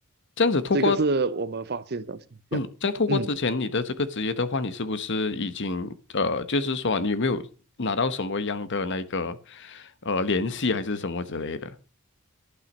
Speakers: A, on the left; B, on the right.
A: 这样子透过，
B: 这个是我们发现的现象。
A: 嗯，这样透过之前你的这个职业的话，
B: 嗯。
A: 你是不是已经呃，就是说你有没有拿到什么样的那个呃联系还是什么之类的？